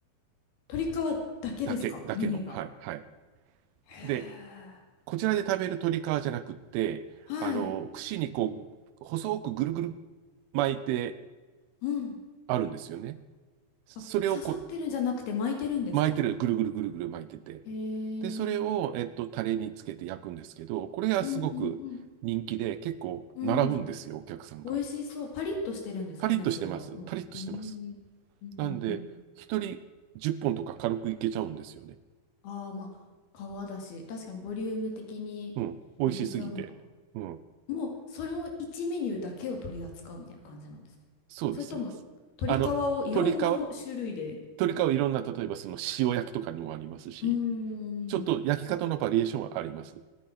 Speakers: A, on the left; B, on the right.
A: 鶏皮だけですかメニューが。
B: だけ、だけの。はい。はい。
A: へえ。
B: で、こちらで食べる鶏皮じゃなくって、
A: はい。
B: あの、串にこう、細くぐるぐる巻いて
A: うん。
B: あるんですよね。それをこう
A: あ、刺さってるんじゃなくて巻いてるんですか
B: 巻いてる、ぐるぐるぐるぐる巻いてて。
A: へ
B: で、それを、
A: え。
B: えっと、タレにつけて焼くんですけど、これがすごく人気で、
A: うんうんうん。
B: 結構並ぶんですよ、
A: うん。
B: お客さんが。
A: 美味しそう。パリッとしてるんですかね、
B: パリッとしてます。
A: それは。もう。
B: パリッとしてます。
A: うーん。うんうんうん。
B: なんで、一人10本とか軽くいけちゃうんですよね。
A: ああ、まあ、皮だし、確かにボリューム的に
B: うん。美味しすぎて。
A: いけちゃうんだ。
B: うん。
A: もう、その1メニューだけを取り扱うみたいな感じなんですかそれとも、
B: そうです、そうです。
A: 鶏皮をいろんなほ種類で
B: あの、鶏皮、鶏皮いろんな、例えばその塩焼きとかにもありますし、
A: うーん。
B: ちょっと焼き方のバリエーションはあります。